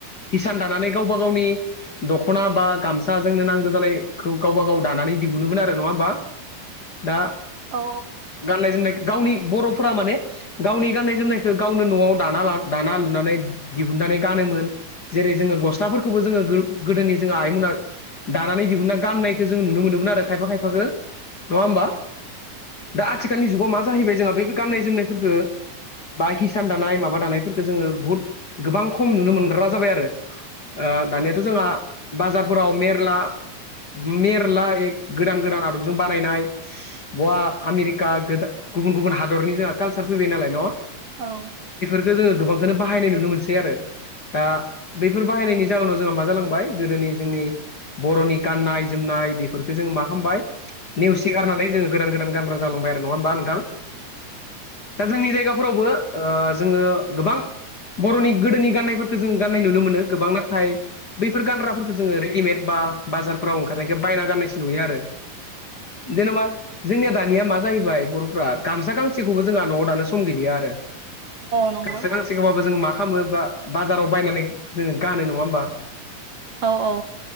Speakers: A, on the left (about 40°); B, on the right (about 55°).
A: हिसान दानानै गावबा गावनि दखना बा गामसा जोंनो नांगो जानाय खौ गावबा गाव दानानै दिहुनोमोन आरो नङा होमबा दा
B: औ
A: गाननाय जोमनाय गावनि बरफोरा माने गावनि गाननाय जोमनायखौ गावनो नआव दाना लाना दाना लुनानै दिहुन नानै गानोमोन जेरै जोङो गस्लाफोरखौबो जोङो गोदो गोदोनि जोंहा आइमोना दानानै दिहुनना गाननायखौ जों नुनो मोनोमोन आरो खायफा खायफाखो नङा होमबा? दा आथिखालनि जुगाव मा जाहैबाय जोंहा बे गाननाय जोमनायफोरखो बा हिसान दानाय माबा दानायफोरखौ जोङो बुहुद गोबां खम नुनो मोनग्रा जाबाय आरो ओ दानियाथ' जोंहा बाजारफोराव मेरला मेरला ए गोदान गोदान आदबजों बानायनाय <unintelligible> गवा आमेरिका गुबुन गुबुन हादरनि जोंहा कालसार फैबाय नालाय न'
B: औ।
A: गोजो गोबांखौनो बाहायनाय नुनो मोनसै आरो दा बेफोर बाहायनायनि जाहोनाव जोंहा मा जालांबाय गोदोनि जोंनि बर'नि गाननाय जोमनाय बेफोरखौ जोङो मा खामबाय नेवसिगारनानै जोङो गोदान गोदान गानब्रा जालांबाय आरो नङा होमबा नोंथां? दा जोंनि जायगाफोरावबो ओ जोङो गोबां बर'नि गोदोनि गाननायफोरखौ जों गाननाय नुनो मोनो गोबां नाथाय बैफोर गानग्राफोरखौ जोङो रेडिमेड बा बाजारफोराव ओंखारनायखो बायना गाननायसो नुयो आरो जेन'बा जोंनिया दानिया मा जाहैबाय बर'फ्रा गामसा गांसेखौबो जोंहा न'वाव दानो सम गैलिया आरो
B: नंगौ
A: गामसा गांसे खौबाबो जों मा खामो बा बाजाराव बायनानै जोङो गानो नङा ओमबा
B: औ औ